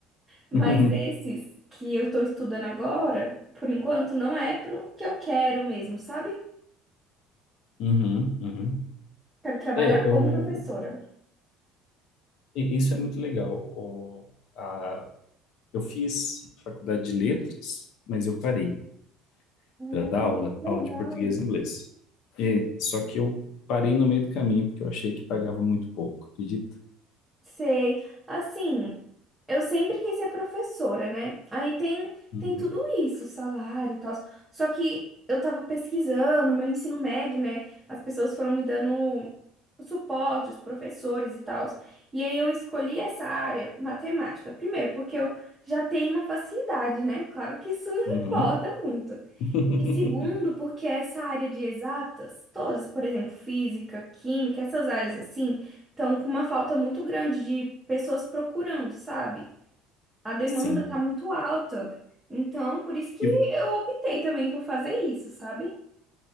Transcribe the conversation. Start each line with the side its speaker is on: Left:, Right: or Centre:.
Left: <laughs>
Centre: Mas
Left: Uhum,
Centre: esses que eu estou estudando agora, por enquanto, não é pro que eu quero mesmo, sabe?
Left: uhum. uhum.
Centre: Quero trabalhar
Left: É, eu,
Centre: como professora.
Left: e- isso é muito legal. O- a- eu fiz faculdade de letras, mas eu parei
Centre: Hum,
Left: para dar aula,
Centre: legal.
Left: aula de português e inglês. É, só que eu parei no meio do caminho porque eu achei que pagava muito pouco, acredita?
Centre: Sei. Assim, eu sempre quis ser professora, né? Aí tem,
Left: Uhum,
Centre: tem tudo isso, salário e tal. Só que eu tava pesquisando, meu ensino médio, né? As pessoas foram me dando suporte, os professores e tal. E aí eu escolhi essa área, matemática. Primeiro, porque eu já tenho uma facilidade, né? Claro que isso <laughs>
Left: uhum.
Centre: importa muito.
Left: <laughs>
Centre: E segundo, porque essa área de exatas, todas, por exemplo, física, química, essas áreas assim, estão com uma falta muito grande de pessoas procurando, sabe? A demanda
Left: Sim.
Centre: está muito alta. Então, por isso que
Left: E,
Centre: eu optei também por fazer isso, sabe?